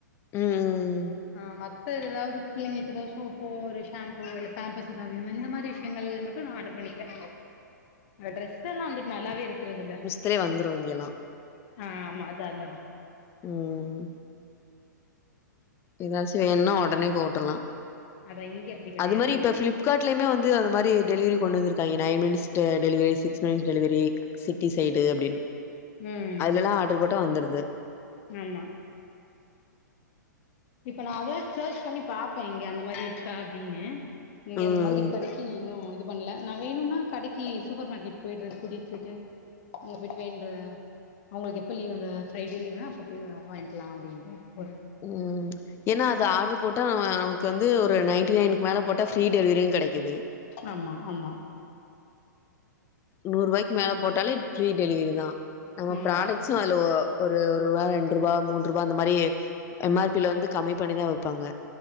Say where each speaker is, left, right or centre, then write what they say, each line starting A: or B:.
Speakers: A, on the left; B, on the left.
A: ம்
B: ஆ மத்த ஏதாவது புள்ளைகங்களுக்கு ஏதாவது சோப்போ ஒரு ஷாம்போ இல்ல பேம்பர்ஸ் எதாவது வேணுன்னா இந்த மாரி விஷ்யங்கள் மட்டு நா ஆர்டர் பண்ணிப்பே அந்த டிரெஸ் எல்லா வந்துட்டு நல்லாவே இருக்கறது இல்ல
A: திலே வந்துரு இங்கேல்லா
B: ஆமா அதா அதா
A: ம் எதாச்சு வேணுனா ஒடனே போட்ரலா
B: அதா இங்க அப்டி கெடையாது
A: அது மாரி இப்ப ஃபிளிப் கார்ட்லயுமே வந்து அந்த மாரி டெலிவரி கொண்டு வந்துருக்காய்ங்க நைன் மினிட் டெ deliveries six minutes delivery city side அப்டின்னு
B: ம்
A: அதுலல்லா ஆர்டரு போட்டா வந்துருது
B: ஆமா இப்ப நா அதா சேர்ச் பண்ணி பாப்பே இங்க அந்த மாரி இருக்கா அப்டின்னு இங்க
A: ம்
B: அந்த மாதிரி கெட இன்னு இது பண்ணல நா வேணும்னா கடைக்கு சூப்பர் மார்க்கெட் போயிடுறது கூட்டிட்டு போயிட்டு அங்க போய்ட்டு வேன்ற அவுங்களுக்கு எப்ப லீவ் அந்த ஃப்ரைடே லீவுனா அப்ப போய் வாங்கிக்கலா அப்டின்ட்டு ஒரு
A: ம் ஏனா அது ஆர்டரு போட்டா அவ நமக்கு வந்து ஒரு நைன்டி நைன் மேல போட்டா ஃப்ரீ டெலிவரியு கெடைக்குது
B: ஆமா ஆமா
A: நூறு ரூவாய்க்கு மேல போட்டாலே ஃப்ரீ டெலிவரி தா நம்ம
B: ஆமா
A: ப்ராடக் சோ அதுல ஒரு ஒரு ரூவா ரெண்டு ரூவா மூன்று ரூவா அந்த மாரி எம் ஆர் பி ல வந்து கம்மி பண்ணி தா வப்பாங்க